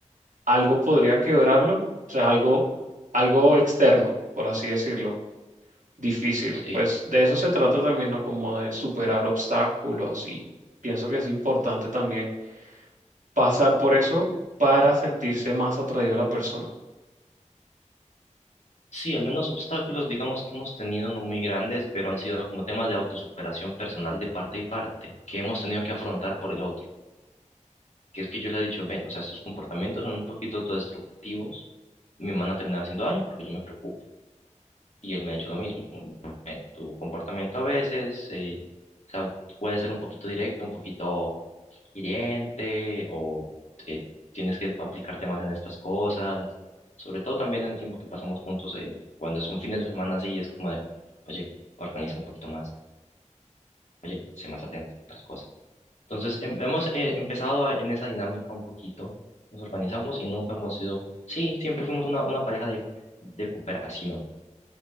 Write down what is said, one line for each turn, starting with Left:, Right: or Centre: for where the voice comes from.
Right: algo podría quebrarlo, o sea, algo, algo externo, por así decirlo, difícil.
Left: sí.
Right: Pues de eso se trata también, ¿no? Como de superar obstáculos y pienso que es importante también pasar por eso para sentirse más atraído a la persona.
Left: Sí, al menos obstáculos, digamos que hemos tenido no muy grandes, pero han sido como temas de autosuperación personal de parte y parte, que hemos tenido que afrontar por el otro. que es que yo le he dicho, ven, o sea, estos comportamientos son un poquito autodestructivos, me van a terminar haciendo daño porque yo me preocupo. Y él me ha hecho lo mismo, ¿no? ven, tu comportamiento a veces, eh, o sea, puede ser un poquito directo, un poquito hiriente, o eh, tienes que aplicarte más en estas cosas, sobre todo también en el tiempo que pasamos juntos, eh, cuando es un fin de semana así, es como de, oye, organiza un poquito más, oye, sé más atento a otras cosas. Entonces, em- hemos eh, empezado a- en esa dinámica un poquito, nos organizamos y nunca hemos sido, sí, siempre fuimos una, una pareja de, de cooperación.